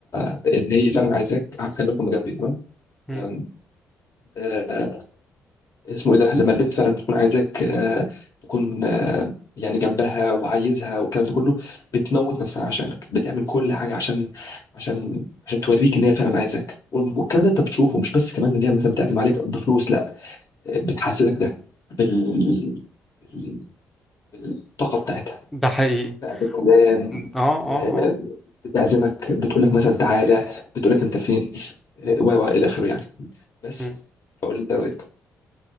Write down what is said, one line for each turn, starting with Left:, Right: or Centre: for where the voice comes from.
Left: آه، ان هي فعلا عايزاك آه، خلي بالك هما جنبي تمام
Centre: مم.
Left: آم، آه، اسمه ايه ده لما البنت فعلا بتكون عايزاك آه، تكون آه، يعني جنبها وعايزها والكلام ده كله بتموت نفسها عشانك بتعمل كل حاجه عشان عشان عشان توريك ان هي فعلا عايزاك والكلام ده انت بتشوفه مش بس كمان ان هي مثلا بتعزم عليك بفلوس لا آه، بتحسسك ده بال بال- بالطاقه بتاعتها
Centre: ده حقيقي
Left: بقى في الكلام
Centre: إمم. اه اه
Left: آه،
Centre: اه
Left: بتعزمك بتقول لك مثلا تعالى بتقول لك انت فين آه، و و الى اخره يعني بس
Centre: مم.
Left: فقول لي انت رايك